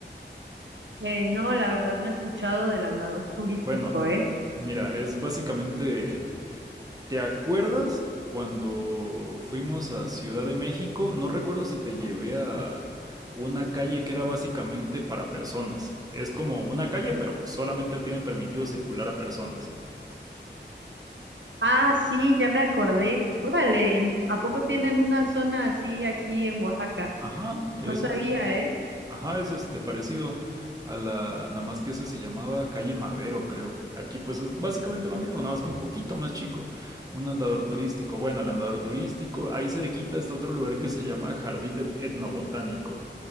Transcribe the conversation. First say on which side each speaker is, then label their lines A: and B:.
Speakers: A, on the right; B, on the right.
A: Eh, no, la verdad no he escuchado del andador turístico,
B: Bueno,
A: ¿eh?
B: mira, es básicamente... ¿Te acuerdas cuando fuimos a Ciudad de México? No recuerdo si te llevé a una calle que era básicamente para personas. Es como una calle, pero solamente tienen permitido circular a personas.
A: Ah, sí, ya me acordé. Órale, ¿a poco tienen una zona así aquí en Oaxaca?
B: Ajá, es,
A: No sabía,
B: es-
A: ¿eh?
B: ajá, es este parecido a la, nada más que ese se llamaba Calle Madero, creo. Aquí pues es básicamente lo mismo, nada más que un poquito más chico. Un andador turístico. Bueno, el andador turístico, ahí cerquita está otro lugar que se llama Jardín et- Etnobotánico.